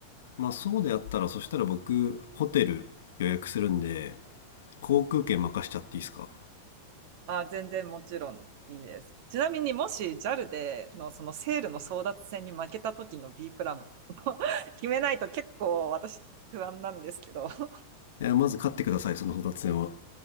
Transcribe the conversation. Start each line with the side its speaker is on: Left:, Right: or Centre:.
Left: まあそうであったら、そしたら僕、ホテル予約するんで、航空券任しちゃっていいですか
Right: あ、全然もちろんいいです。ちなみにもし JAL でのそのセールの争奪戦に負けた時の B プランも <laughs> 決めないと結構私不安なんですけど。<laughs>
Left: えーまず買ってください、そのホタテ船は。